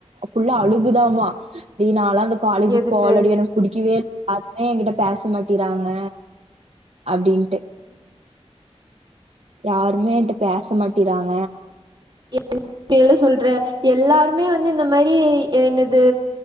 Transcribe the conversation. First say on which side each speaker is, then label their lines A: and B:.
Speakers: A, on the right; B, on the right.
A: புள்ள அழுகுதாம டே நாலா அந்த காலேஜுக்
B: எதுக்கு
A: போவலடி எனக் புடிக்கவே யாருமே எங்கிட்ட பேச மாட்டிறாங்க அப்டின்ட்டு யாருமே என்ட்ட பேச மாட்டிறாங்
B: <inaudible> என்ன சொல்ற எல்லாருமே வந் து இந்த மாரி என்னது